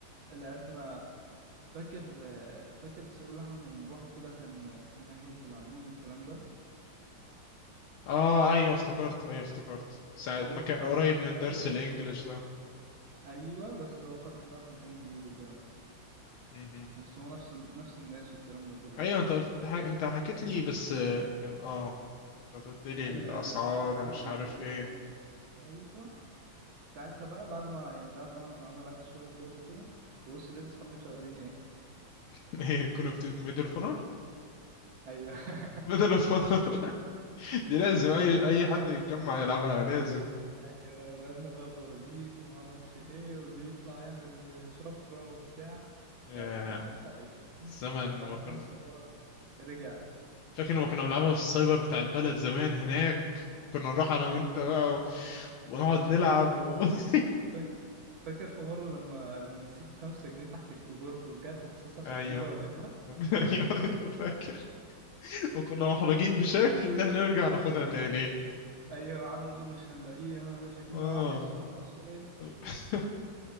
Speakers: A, on the right; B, on the left.
A: لعبنا فاكر آه، فاكر السايب اللي احنا كنا بنروحه كده كان آه، ناحية العبودي والكلام ده
B: اه ايوه افتكرت ايوه افتكرت ساعة
A: هو
B: ما كان
A: بتاع
B: قريب
A: نفس الراجل
B: من درس
A: بس
B: الانجليش ده
A: ايوه بس هو فتح بقى في مكان جديد وكده
B: مهم.
A: بس هو نفس ال... نفس الناس والكلام ده كله
B: ايوه انت قلت انت, حك... انت حكيت لي بس آه، كان اه انت قلت لي الاسعار
A: ايوه ايوه حكيت لك عنه
B: ومش
A: قبل
B: عارف
A: كده
B: ايه
A: بس انا فاهم ايوه ساعتها بقى بعد ما يعني بعد ما انا لعبت شويه بلور وكده ببص لقيت اصحابي مشغلين ايه
B: <laughs> ايه كل اوف دي ميدل اوف اونر
A: ايوه
B: ميدل
A: <laughs>
B: اوف اونر <laughs> دي لازم
A: قعدنا
B: اي
A: نلعب
B: اي حد
A: لول.
B: يتجمع يلعبها لازم
A: ايوه ولعبنا بقى بوازيك وما اعرفش ايه واللي يطلع يعمل شفره وبتاع
B: ياه
A: يعني كانت ساعتها ايام
B: الزمن
A: الواحد
B: ما كنا
A: حاسس ان هو رجع
B: فاكر لما كنا بنلعبها في السايبر بتاع البلد زمان هناك كنا نروح انا
A: ايوه
B: وانت بقى و... ونقعد نلعب
A: ف-
B: و... <laughs>
A: فاك- فاكر في مره لما لما نسيت خمسة جنيه تحت الكيبورد ورجعت مخصوص عشان
B: ايوه
A: اجيبها ولقيتها
B: <laughs> ايوه
A: <laughs>
B: ايوه فاكر وكنا محرجين بشكل ان احنا نرجع ناخدها
A: ايوه
B: تاني
A: ايوه قعدنا نقول مش هنلاقيها شكلنا
B: اه
A: وحش وما اعرفش ايه
B: <laughs>